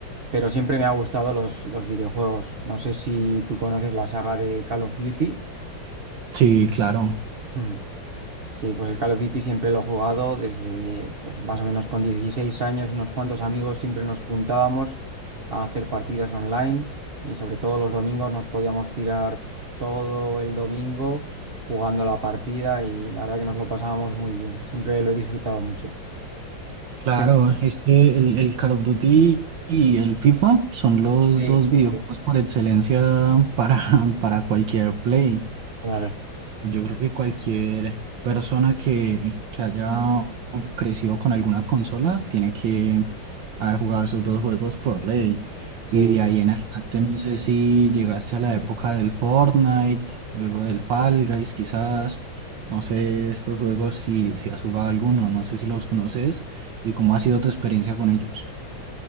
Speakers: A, on the right (about 55°); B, on the right (about 70°).
A: pero siempre me ha gustado los, los videojuegos. No sé si tú conoces la saga de Call of Duty.
B: Sí, claro,
A: Mm. Sí, pues el Call of Duty siempre lo he jugado desde pues, más o menos con 16 años, unos cuantos amigos siempre nos juntábamos a hacer partidas online y sobre todo los domingos nos podíamos tirar todo el domingo jugando la partida y la verdad que nos lo pasábamos muy bien. Siempre lo he disfrutado mucho.
B: claro,
A: Qué- ju-
B: es que el, el Call of Duty y el FIFA son los
A: Sí,
B: dos
A: sí,
B: videojuegos
A: sí.
B: por excelencia para, <laughs> para cualquier play.
A: Claro,
B: Yo creo que cualquier persona que, que haya crecido con alguna consola tiene que haber jugado esos dos juegos por ley.
A: sí.
B: Y de ahí en adelante, no sé si llegaste a la época del Fortnite, luego del Fall Guys, quizás. No sé estos juegos si, si has jugado alguno, no sé si los conoces y cómo ha sido tu experiencia con ellos.